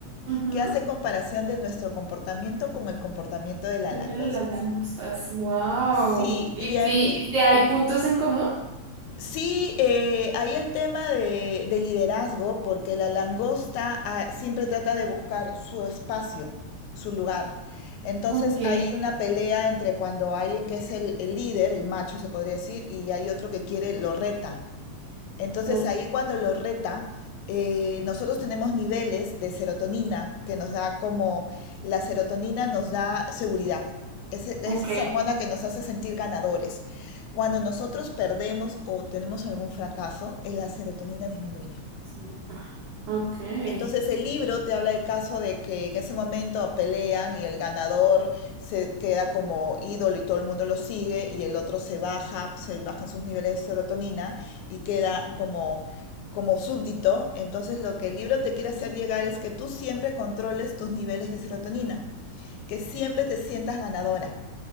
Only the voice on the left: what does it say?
que hace comparación de nuestro comportamiento con el comportamiento de las
langostas.
Sí,
y a
mí
Sí, eh, hay el tema de, de liderazgo, porque la langosta ah, siempre trata de buscar su espacio, su lugar. Entonces
hay una pelea entre cuando alguien que es el, el líder, el macho se podría decir, y hay otro que quiere, lo reta. Entonces
ahí cuando lo reta, eh, nosotros tenemos niveles de serotonina que nos da como, la serotonina nos da seguridad. Es, e- es
esa hormona que nos hace sentir ganadores. Cuando nosotros perdemos o tenemos algún fracaso, eh, la serotonina disminuye.
Entonces el libro te habla del caso de que en ese momento pelean y el ganador se queda como ídolo y todo el mundo lo sigue y el otro se baja, se bajan sus niveles de serotonina y queda como como súbdito. Entonces lo que el libro te quiere hacer llegar es que tú siempre controles tus niveles de serotonina, que siempre te sientas ganadora